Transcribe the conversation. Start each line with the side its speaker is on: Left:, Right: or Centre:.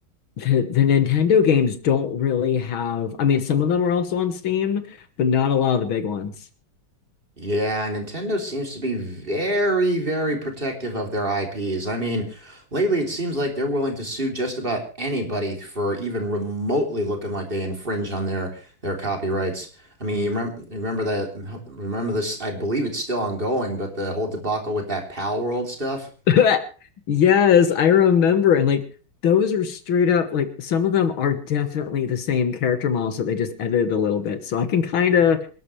Left: the, the Nintendo games don't really have, I mean, some of them are also on Steam, but not a lot of the big ones.
Right: Yeah, Nintendo seems to be very, very protective of their IPs. I mean, lately it seems like they're willing to sue just about anybody for even remotely looking like they infringe on their their copyrights. I mean,
Left: Mm.
Right: you remember, remember that, remember this, I believe it's still ongoing, but the whole debacle with that Pal World stuff.
Left: <laughs> Yes, I remember. And like those are straight up like some of them are definitely the same character models that they just edited a little bit. So I can kind of